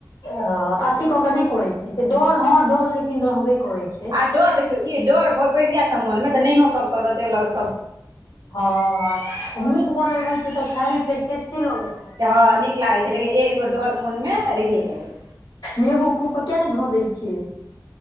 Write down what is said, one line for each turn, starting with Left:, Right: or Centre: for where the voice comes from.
Left: ह अथी कऽक नहि करै छी से डोर हँ डोर लेकिन रहबे करै छै।
Right: आ डोर देखियौ ई डोर बैस जेयत न मोन मे तऽ नहियो कब-कब केलक।
Left: ह नीक बनल रहै छै तऽ खेयमे फेर टेस्टी लगैत। रहै
Right: हँ
Left: छै
Right: नीक लागै छै लेकिन एगो डोर मोनमे। रहिये जाइ हय
Left: नेबो खूब क किया नै धऽ दै छियै।